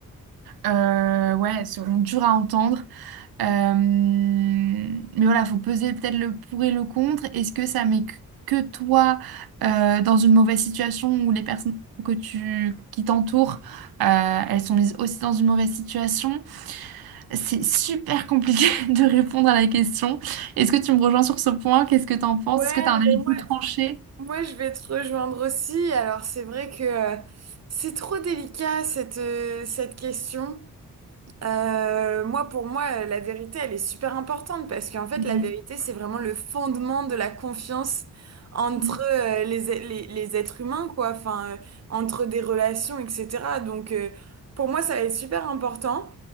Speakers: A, on the right; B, on the right.
A: Euh, ouais, elles seront dures à entendre. Euh, mais voilà, faut peser peut-être le pour et le contre. Est-ce que ça met que que toi euh, dans une mauvaise situation où les personnes que tu, qui t'entourent, euh, elles sont mises aussi dans une mauvaise situation? C'est super compliqué <laughs> de répondre à la question. Est-ce que tu me rejoins sur ce point? Qu'est-ce que tu en penses?
B: Ouais,
A: Est-ce que tu as un avis
B: mais moi,
A: plus tranché?
B: moi, je vais te rejoindre aussi. Alors, c'est vrai que euh, c'est trop délicat cette, euh, cette question. Euh, moi, pour moi, euh, la vérité, elle est super importante parce qu'en fait,
A: Mm,
B: la vérité, c'est vraiment le fondement de la confiance entre
A: mm,
B: euh, les, les, les êtres humains, quoi, enfin, euh, entre des relations, etc. Donc, euh, pour moi, ça va être super important.